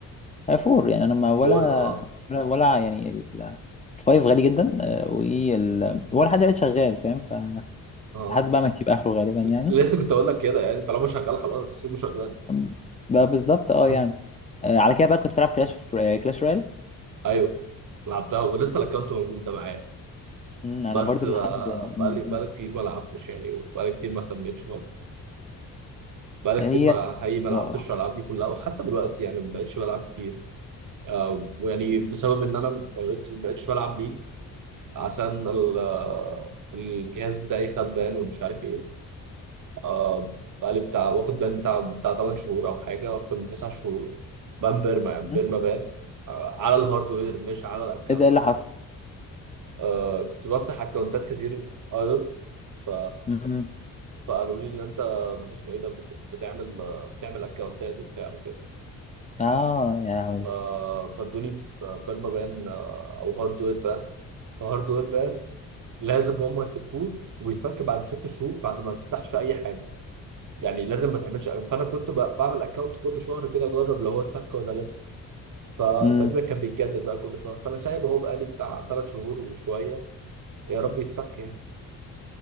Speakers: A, on the left (about 20°); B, on the right (about 55°).
A: آه، فور يعني انا ما ولا
B: 4 اه
A: ولا ولا يعني ال- الفايف غالي جدا آه، وال ولا حد قاعد شغال فاهم فلحد
B: اه
A: بقى ما يجيب اخره غالبا يعني
B: لسه كنت اقول لك كده يعني طالما شغال خلاص سيبه شغال
A: أم، بقى بالظبط اه
B: <laughs>
A: يعني آه، على كده بقى كنت بلعب كلاش كلاش رويال
B: ايوه لعبتها ولسه الاكونت موجود ده معايا
A: مم، انا
B: بس
A: برضو
B: بقى-
A: لحد مم،
B: بقالي بقالي
A: مم.
B: كتير ما لعبتش يعني وبقالي كتير ما اهتمتش خالص. بقالي
A: هي
B: كتير ما
A: اه
B: حقيقي ما لعبتش
A: آه.
B: الالعاب دي كلها وحتى دلوقتي يعني ما بقتش بلعب كتير آه، ويعني بسبب ان انا ما بقيت- ما بقتش بلعب ليج عشان ال- آه، الجهاز بتاعي خد بان ومش عارف ايه آه بقالي بتاع واخد بان بتاع بتاع 8 شهور او حاجه اكتر من 9 شهور بان بيرما يعني
A: مم.
B: بيرما بان آه على الهاردوير مش على الاكونت
A: ايه ده إيه اللي حصل
B: آه كنت بفتح اكونتات كتير ايدل ف
A: مم.
B: فقالوا لي ان انت باسمه ايه ده بت- بتعمل آه، بتعمل اكونتات وبتاع وكده
A: اه يا لهوي
B: ف فادوني بيرما بان آه، او هاردوير بان فهاردوير بان لازم هم يفكوه وبيتفك بعد ست شهور بعد ما تفتحش اي حاجه يعني لازم ما تعملش فانا كنت ب- بعمل اكونت كل شهر كده اجرب لو هو اتفك ولا لسه فتقريبا
A: مم.
B: كان بيتجدد بقى كل شهر فانا سايبه اهو بقالي بتاع ثلاث شهور وشويه يا رب يتفك يعني